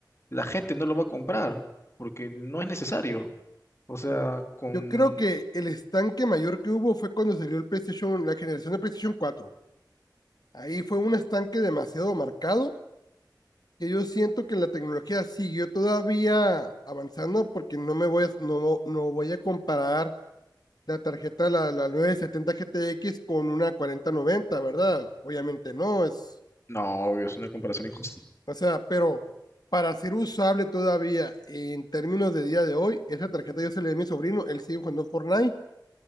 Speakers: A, on the left; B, on the left.
A: la gente no lo va a comprar porque no es necesario. O sea, con...
B: Yo creo que el estanque mayor que hubo fue cuando salió el PlayStation, la generación de PlayStation cuatro Ahí fue un estanque demasiado marcado que yo siento que la tecnología siguió todavía avanzando porque no me voy a, no, no no voy a comparar la tarjeta, la, la 970 GTX con una cuarenta noventa ¿verdad? Obviamente no, es,
A: No, obvio, es una comparación injusta. <laughs>
B: o sea, pero para ser usable todavía en términos de día de hoy, esa tarjeta yo se la di a mi sobrino, él sigue jugando Fortnite,